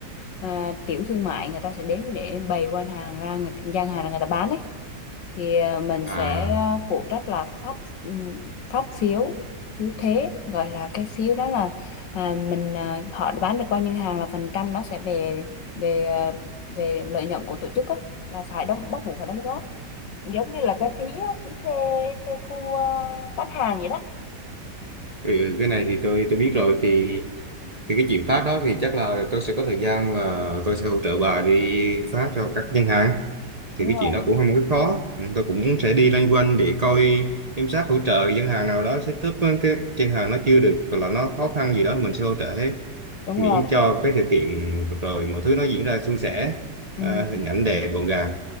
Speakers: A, on the left; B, on the right.
A: ờ, tiểu thương mại người ta sẽ đến để bày quan hàng ra người, ta gian hàng ra người ta bán ấy thì ờ, mình
B: à
A: sẽ ờ, phụ trách là phát ừm, phát phiếu phiếu thế gọi là cái phiếu đó là à, mình à, họ bán được bao nhiêu hàng là phần trăm nó sẽ về về ờ, về lợi nhuận của tổ chức á, là phải đóng bắt buộc phải đóng góp giống như là cái phí á, phí thuê thuê khu ờ, bán hàng vậy đó
B: ừ, cái này thì tôi tôi biết rồi thì thì cái chuyện phát đó thì chắc là tôi sẽ có thời gian và tôi sẽ hỗ trợ bà đi phát cho các ngân hàng
A: đúng
B: thì cái
A: rồi
B: chuyện đó cũng không có khó Ừ, tôi cũng sẽ đi loanh quanh để coi giám sát hỗ trợ ngân hàng nào đó setup cái ngân hàng nó chưa được hoặc là nó khó khăn gì đó mình sẽ hỗ trợ hết
A: đúng
B: miễn
A: rồi
B: cho cái sự kiện rồi mọi thứ nó diễn ra suôn sẻ
A: ừ,
B: à, hình ảnh đẹp gọn gàng